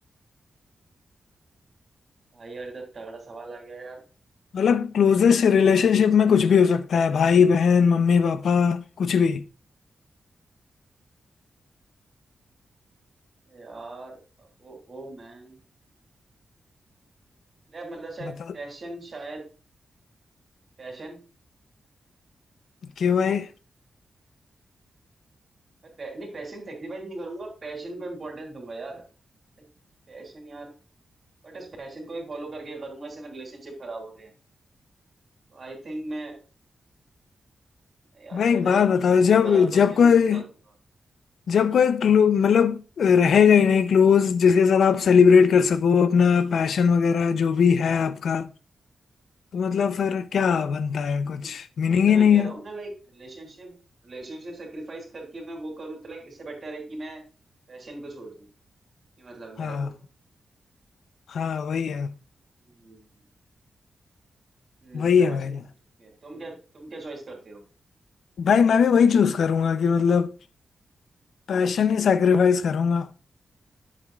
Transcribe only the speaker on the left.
मतलब क्लोजेस्ट रिलेशनशिप में कुछ भी हो सकता है भाई बहन मम्मी पापा कुछ भी
बता
क्यों भाई
भाई
एक बात
बताओ
जब
जब
कोई
जब कोई क्लो मतलब रहेगा ही नहीं क्लोज जिसके साथ आप सेलिब्रेट कर सको अपना पैशन वगैरह जो भी है आपका तो मतलब फिर क्या बनता है
कुछ मीनिंग
ही
नहीं
है
हाँ
हाँ वही है
वही
है भाई
भाई मैं भी वही चूज करूंगा कि मतलब पैशन ही सैक्रिफाइस करूंगा